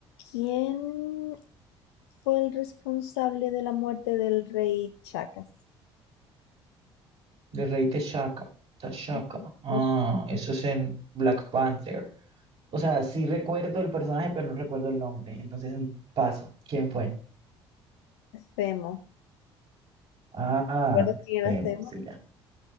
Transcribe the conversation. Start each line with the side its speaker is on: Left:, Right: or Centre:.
Left: quién fue el responsable de la muerte del rey Chacas?
Right: De Rey T'Chaka. T'Chaka.
Left: Ujú,
Right: Ah,
Left: de
Right: eso es en Black Panther. O sea, sí recuerdo el personaje, pero no recuerdo el nombre. Entonces, paso. ¿Quién fue?
Left: Zemo.
Right: Ah,
Left: ¿Recuerdas quién
Right: Temo,
Left: era Zemo?
Right: sí, ya.